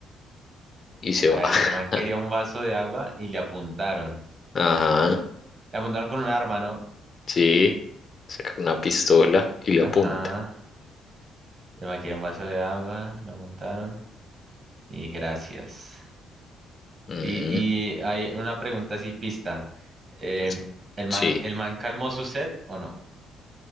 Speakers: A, on the left; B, on the right.
A: Y se
B: A
A: va.
B: ver, el
A: <laughs>
B: man quería un vaso de agua y le apuntaron.
A: Ajá,
B: Le apuntaron con un arma, ¿no?
A: sí. Saca una pistola y le
B: Ajá.
A: apunta.
B: El man quería un vaso de agua, le apuntaron. Y gracias.
A: Ujú.
B: Y, y hay una pregunta así, pista. Em,
A: Es-
B: ¿el man,
A: Sí,
B: el man calmó su sed o no?